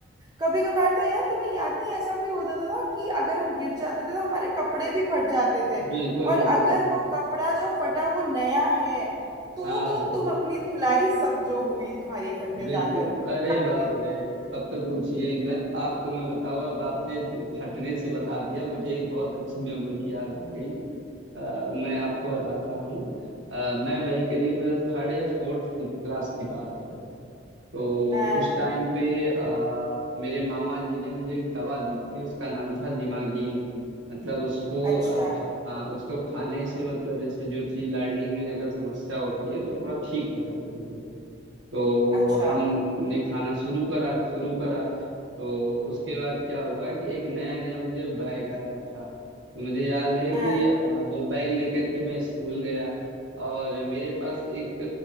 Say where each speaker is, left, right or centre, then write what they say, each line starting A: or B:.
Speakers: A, on the right; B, on the right.
A: कभी कभार तो यार तुम्हें याद नहीं ऐसा भी होता था, था कि अगर हम गिर जाते थे तो हमारे कपड़े भी फट जाते थे
B: बिल्कुल
A: और
B: बिल्कुल
A: अगर वो कपड़ा जो फटा वो नया है तो
B: हाँ
A: तो तुम अपनी धुलाई समझो हुई तुम्हारी घर पे
B: बिल्कुल
A: जाकर पक्का
B: अरे बाप
A: हुई
B: रे तब तो पूछिए ही मत आपको मैं बताऊं अब आपने फटने से बता दिया मुझे एक बहुत अच्छी मेमोरी याद आ गई अ, मैं आपको बताता हूँ अ, मैं वही करीब थर्ड या फोर्थ की क्लास की बात है तो
A: हाँ
B: उस टाइम पे अ, मेरे मामा जी ने मुझे एक दवा दी थी उसका नाम था दिमागीन मतलब उसको
A: अच्छा
B: अ, खा, हाँ उसको खाने से मतलब जैसे जो चीज लर्निंग में अगर समस्या होती है तो थोड़ा ठीक हो जाती है तो
A: अच्छा
B: हमने खाना शुरू करा शुरू करा तो उसके बाद क्या हुआ कि एक नया नया मुझे बैग आया था तो मुझे याद है कि
A: हाँ।
B: अ, वो बैग लेकर के मैं स्कूल गया और मेरे पास एक